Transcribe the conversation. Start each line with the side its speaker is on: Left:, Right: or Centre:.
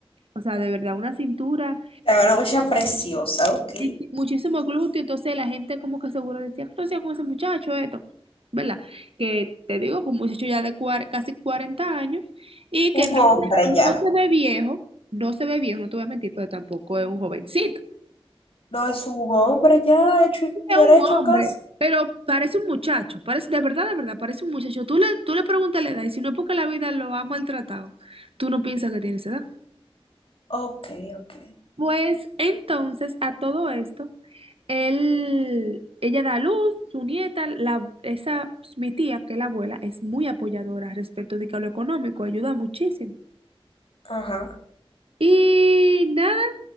Right: O sea, de verdad, una cintura
Left: Te va mucha preciosa, ok.
Right: y muchísimo glúteo, entonces la gente como que seguro decía, ¿qué tú hacías con ese muchacho esto? ¿Verdad? Que te digo que un muchacho ya de cuar- casi 40 años y que
Left: Un
Right: no,
Left: hombre
Right: no
Left: ya.
Right: se ve viejo, no se ve viejo, no te voy a mentir, pero tampoco es un jovencito,
Left: No es un hombre ya, hecho
Right: es
Left: y derecho
Right: un hombre,
Left: casi.
Right: pero parece un muchacho, parece, de verdad, de verdad, parece un muchacho. Tú le, tú le preguntas la edad y si no es porque la vida lo ha maltratado, tú no piensas que tiene esa edad.
Left: Ok, ok.
Right: Pues entonces a todo esto, él, ella da a luz, su nieta, la, esa, mi tía, que es la abuela, es muy apoyadora respecto de que a lo económico, ayuda muchísimo.
Left: Ajá.
Right: Y nada,